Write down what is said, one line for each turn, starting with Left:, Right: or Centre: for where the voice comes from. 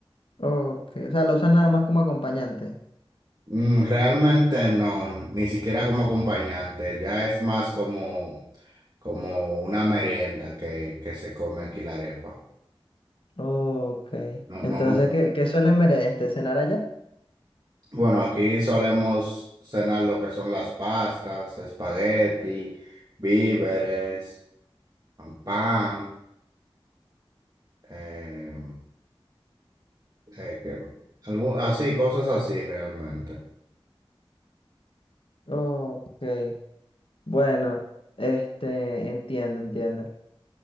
Left: Ok, o sea, la usan nada más como acompañante.
Right: Mm, Realmente no, ni siquiera como acompañante, ya es más como, como una merienda que, que se come aquí la arepa.
Left: Ok.
Right: No, no,
Left: Entonces,
Right: no.
Left: ¿qué, qué suelen mere- este, cenar allá?
Right: Bueno, aquí solemos cenar lo que son las pastas, espagueti, víveres, pan, eh, eh, que- algún- así, cosas así realmente.
Left: Ok. Bueno, este, entiendo, entiendo.